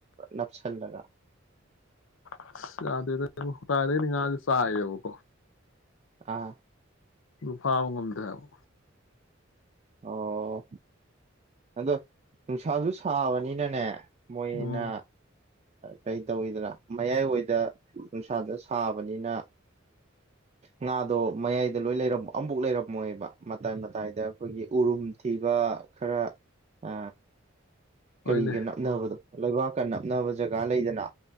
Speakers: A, on the right; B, on the left.
A: ꯅꯞꯁꯤꯜꯂꯒ
B: ꯑꯁ ꯌꯥꯗꯦꯗ ꯀꯗꯥꯏꯗꯩꯅꯦ ꯉꯥꯁꯦ ꯆꯥꯏꯌꯦꯕꯀꯣ
A: ꯑꯥ
B: ꯑꯗꯨ ꯐꯥꯕ ꯉꯝꯗ꯭ꯔꯦ ꯍꯥꯏꯕ
A: ꯑꯣ ꯑꯗꯣ ꯅꯨꯡꯁꯥꯁꯨ ꯁꯥꯕꯅꯤꯅꯥꯅꯦ ꯃꯣꯏꯅ
B: ꯎꯝ
A: ꯀꯩ ꯇꯧꯋꯤꯗꯅ ꯃꯌꯥꯏꯋꯥꯏꯗ ꯅꯨꯡꯁꯥꯗ ꯁꯥꯕꯅꯤꯅ ꯉꯥꯗꯣ ꯃꯌꯥꯏꯗ ꯂꯣꯏ ꯂꯩꯔ ꯑꯃꯕ‌ꯎ ꯂꯩꯔꯝꯃꯣꯏꯕ ꯃꯇꯥꯏ ꯃꯇꯥꯏꯗ ꯑꯩꯈꯣꯏꯒꯤ ꯎꯔꯨꯝ ꯊꯤꯕ ꯈꯔ ꯑ
B: ꯍꯣꯏꯅꯦ
A: ꯀꯔꯤꯒ ꯅꯞꯅꯕꯗꯣ ꯂꯩꯕꯥꯛꯀ ꯅꯞꯅꯕ ꯖꯒꯥ ꯂꯩꯗꯅ